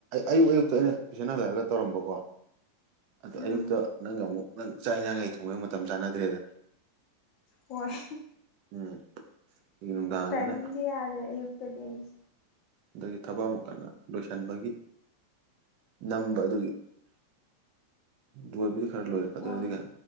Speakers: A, on the right (about 45°); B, on the left (about 35°).
A: ꯑꯌꯨꯛ ꯑꯌꯨꯛꯇ ꯑꯩꯅ ꯇꯨꯏꯁꯟ ꯍꯜꯂꯛꯂꯒ ꯇꯧꯔꯝꯕꯀꯣ ꯑꯗꯣ
B: ꯎꯝ
A: ꯑꯌꯨꯛꯇ ꯅꯪꯒ ꯑꯃꯨꯛ ꯅꯪ ꯆꯥꯛ ꯏꯟꯁꯥꯡ ꯀꯩ ꯊꯣꯡꯕꯩ ꯃꯇꯝ ꯆꯥꯟꯅꯗ꯭ꯔꯦꯗ
B: ꯍꯣꯏ
A: ꯎꯝ ꯑꯗꯒꯤ ꯅꯨꯡꯗꯥꯡꯁꯤꯅ
B: ꯇꯥꯏꯃꯤꯡꯖꯦ ꯌꯥꯗ꯭ꯔꯦ ꯑꯌꯨꯛꯇꯗꯤ ꯑꯩꯖꯨ
A: ꯑꯗꯒꯤ ꯊꯕꯛ ꯑꯃꯨꯛ ꯀꯟꯅ ꯂꯣꯏꯁꯤꯟꯕꯒꯤ ꯅꯝꯕ ꯑꯗꯨꯒꯤ ꯂꯣꯏꯕꯨꯗꯤ ꯈꯔ ꯂꯣꯏꯔꯛꯀꯗꯣꯔꯦ
B: ꯑꯣ
A: ꯑꯗꯨꯒ